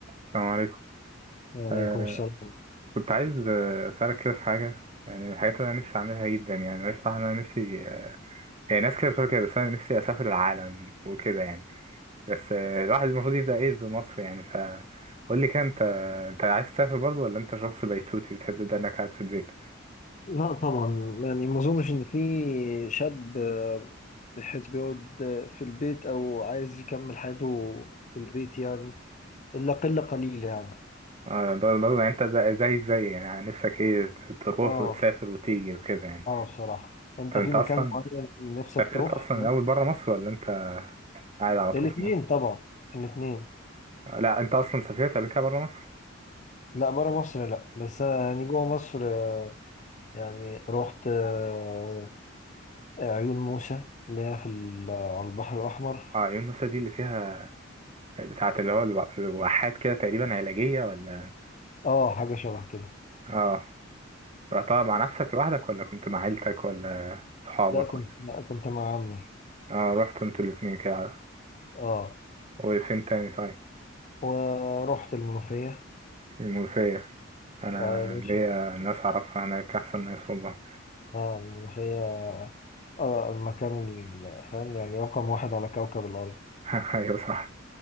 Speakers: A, on the right; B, on the left.
A: السلام عليكم
B: وعليكم
A: آه
B: السلام
A: كنت عايز آه، أسألك كده في حاجة يعني من الحاجات اللي أنا نفسي أعملها جدا يعني أنا بصراحة أنا نفسي آه يعني ناس كده بتقول كده بس أنا نفسي أسافر العالم وكده يعني بس آه الواحد المفروض يبدأ إيه بمصر يعني فقول لي كده أنت أنت عايز تسافر برضه ولا أنت شخص بيتوتي بتحب ده إنك قاعد في البيت؟
B: لا طبعا يعني ما اظنش ان في شاب آه، بيحب يقعد آه، في البيت او عايز يكمل حياته في البيت يعني الا قله قليله يعني
A: آه برضه برضه يعني أنت زي- زيك زي يعني نفسك إيه تروح
B: اه
A: وتسافر وتيجي وكده يعني
B: اه بصراحه انت
A: طب
B: في
A: أنت
B: مكان
A: أصلا
B: معين نفسك
A: سافرت
B: تروح
A: أصلا الأول بره مصر ولا أنت قاعد على طول
B: الاثنين
A: في مصر؟
B: طبعا الاثنين
A: لا أنت أصلا سافرت قبل كده بره مصر؟
B: لا بره مصر لا بس انا يعني جوه مصر آه، يعني رحت آه، عيون موسى اللي هي في ال- على البحر الاحمر
A: اه عيون موسى دي اللي فيها بتاعة اللي هو الو- الواحات كده تقريبا علاجية ولا
B: اه حاجه شبه كده
A: اه رحتها مع نفسك لوحدك ولا كنت مع عيلتك ولا صحابك
B: لا كنت
A: ولا
B: لا كنت مع عمي
A: اه رحت انتوا الاتنين كده
B: اه
A: وفين تاني طيب
B: ورحت المنوفية
A: المنوفية انا
B: اه يا باشا
A: ليا ناس اعرفها هناك احسن ناس والله
B: اه المنوفية اه المكان ال- فاهم يعني رقم واحد على كوكب الأرض
A: <laughs> ايوه صح